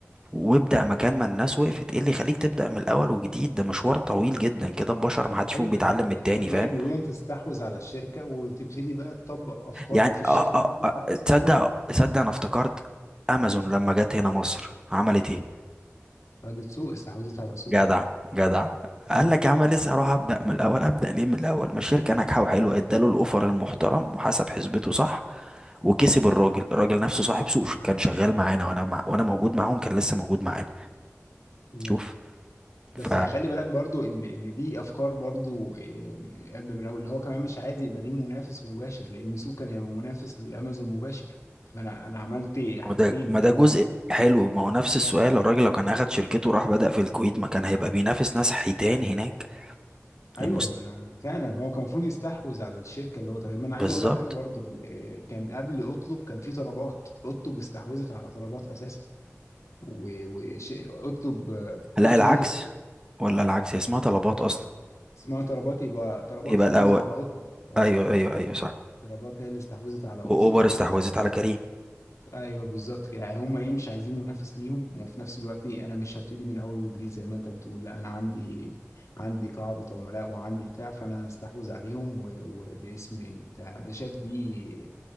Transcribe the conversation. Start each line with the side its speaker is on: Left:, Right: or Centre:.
Right: وابدا مكان ما الناس وقفت ايه اللي يخليك تبدا من الاول وجديد ده مشوار طويل جدا كده البشر ما حدش فيهم
Left: أيوه
Right: بيتعلم
Left: أنت الطبيعي
Right: من التاني فاهم
Left: بيقول أنت تستحوذ على الشركة وتبتدي بقى تطبق أفكارك
Right: يعني
Left: في الشركة
Right: اه اه
Left: اللي أنت استحوذت
Right: آه، تصدق
Left: عليها
Right: تصدق انا افتكرت امازون لما جت هنا مصر عملت ايه
Left: بعد سوق استحوذت على سوق
Right: جدع جدع
Left: مم.
Right: قال لك يا عم لسه هروح ابدا من الاول ابدا ليه من الاول ما الشركه ناجحه وحلوه اداله الاوفر المحترم وحسب حسبته صح وكسب الراجل الراجل نفسه صاحب سوق كان شغال معانا وانا مع... وانا موجود معاهم كان لسه موجود معانا
Left: تمام
Right: شوف
Left: بس
Right: ف
Left: خلي بالك برضو ان ان دي افكار برضو إيه، ابدا من الاول اللي هو كمان مش عايز يبقى ليه منافس مباشر لان سوق كان هيبقى منافس لامازون مباشر فانا انا عملت حاجتين
Right: ما ده ما
Left: اللي
Right: ده
Left: انا
Right: جزء حلو ما هو نفس السؤال الراجل لو كان اخد شركته وراح بدأ في الكويت ما كان هيبقى بينافس ناس حيتان هناك
Left: ايوه
Right: المست...
Left: ما انا فعلا هو كان المفروض يستحوذ على الشركه اللي هو ده ما انا عايز
Right: بالظبط
Left: اقول لك حاجه برضو آه، كان قبل اطلب كان في طلبات اطلب استحوذت على طلبات اساسا و- وش اطلب آه،
Right: لا
Left: اطلب
Right: العكس
Left: دي كانت
Right: ولا العكس هي اسمها طلبات اصلا
Left: اسمها طلبات يبقى طلبات
Right: يبقى
Left: استحوذت
Right: الاول
Left: على اطلب اه
Right: ايوه ايوه ايوه صح
Left: طلبات هي اللي استحوذت على
Right: واوبر
Left: اطلب
Right: استحوذت على كريم
Left: ايوه بالظبط كده يعني هم ايه مش عايزين منافس ليهم وفي نفس الوقت انا مش هبتدي من اول وجديد زي ما انت بتقول لا انا عندي عندي قاعده عملاء وعندي بتاع فانا هستحوذ عليهم و- وباسمي بتاع انا شايف دي